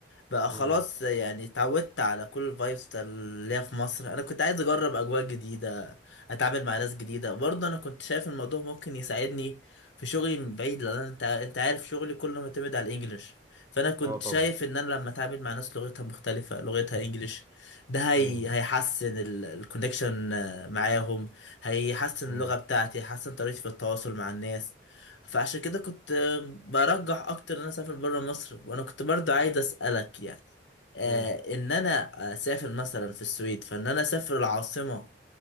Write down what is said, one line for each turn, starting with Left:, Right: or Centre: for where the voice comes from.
Left: بقى خلاص
Right: مم.
Left: يعني اتعودت على كل الفايبس بتاع اللي هي في مصر انا كنت عايز اجرب اجواء جديده اتعامل مع ناس جديده برضه انا كنت شايف الموضوع ممكن يساعدني في شغلي من بعيد لان أنا- انت انت عارف شغلي كله معتمد على الانجليش فانا كنت
Right: اه طبعا
Left: شايف ان انا لما اتعامل مع ناس لغتها مختلفه لغتها انجليش ده هي
Right: امم
Left: هيحسن الكونكشن معاهم هيحسن
Right: امم
Left: اللغه بتاعتي هيحسن طريقتي في التواصل مع الناس فعشان كده كنت برجح اكتر ان انا اسافر بره مصر وانا كنت برضو عايز اسالك يعني آه
Right: امم
Left: ان انا اسافر مثلا في السويد فان انا اسافر العاصمه